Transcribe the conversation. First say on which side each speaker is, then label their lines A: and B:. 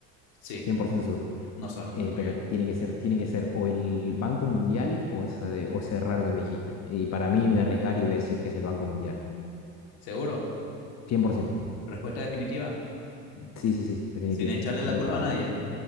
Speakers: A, on the left; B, on the left.
A: Sí,
B: 100% seguro.
A: no son, no
B: Eh,
A: son, muy
B: pero
A: bien.
B: tiene que ser, tiene que ser o el Banco Mundial o ese, o ese raro que me dijiste. Y para mí me voy a arriesgar y voy a decir que es el Banco Mundial.
A: ¿Seguro?
B: 100%.
A: Respuesta definitiva,
B: Sí, sí, sí, definitivo.
A: sin echarle la
B: No
A: culpa
B: cabe.
A: a nadie.